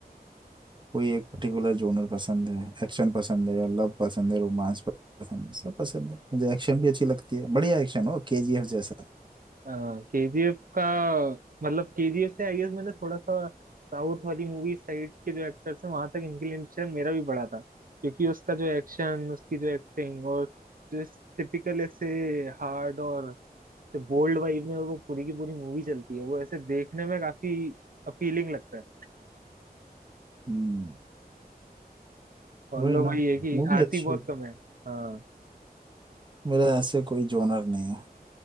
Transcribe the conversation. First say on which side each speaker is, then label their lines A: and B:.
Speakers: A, on the right (about 30°); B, on the right (about 60°).
A: कोई एक पर्टिकुलर जोनर पसंद है एक्शन पसंद है लव पसंद है रोमांस पसंद है सब पसंद है मुझे एक्शन
B: <laughs>
A: भी अच्छी लगती है बढ़िया एक्शन हो केजीएफ जैसा
B: केजीएफ का मतलब केजीएफ से आई गेस मैंने थोड़ा सा साउथ वाली मूवी साइड के जो एक्टर्स हैं वहां तक इंक्लिनेशन मेरा भी बड़ा था क्योंकि उसका जो एक्शन उसकी जो एक्टिंग और जो टिपिकल ऐसे हार्ड और बोल्ड वाइब में वो पूरी की पूरी मूवी चलती है वो ऐसे देखने में काफी अपीलिंग लगता है
A: हम्म
B: और
A: वही
B: लो
A: ना
B: वही है कि
A: मूवी
B: आती
A: अच्छी
B: बहुत
A: हो
B: कम है हाँ
A: मेरा ऐसे कोई जोनर नहीं है